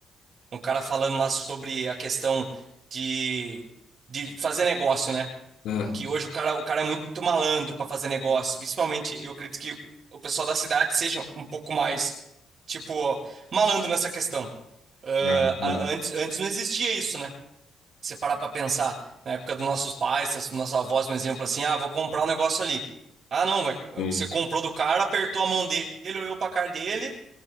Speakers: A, on the right (about 50°); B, on the left (about 80°).
A: um cara falando lá sobre a questão de, de fazer negócio, né?
B: Ah,
A: Que hoje o cara, o cara é muito malandro para fazer negócio. Principalmente, eu acredito que o pessoal da cidade seja um pouco mais, tipo, malandro nessa questão. Ah,
B: Ah, entendi,
A: a- antes, antes não existia isso, né? Se você parar para pensar, na época dos nossos pais, dos nossos avós, um exemplo assim, ah, vou comprar um negócio ali. Ah, não, mas
B: entendi.
A: você comprou do cara, apertou a mão dele, olhou pra cara dele,